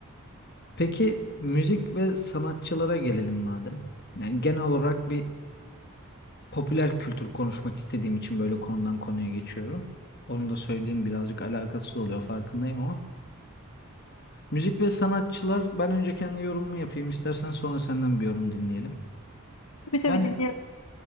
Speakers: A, on the left; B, on the left.
A: Peki müzik ve sanatçılara gelelim madem. Yani genel olarak bir popüler kültür konuşmak istediğim için böyle konudan konuya geçiyorum. Onu da söyleyeyim birazcık alakasız oluyor farkındayım ama. Müzik ve sanatçılar ben önce kendi yorumumu yapayım istersen sonra senden bir yorum dinleyelim.
B: Tabii tabii
A: Yani
B: dinliyorum.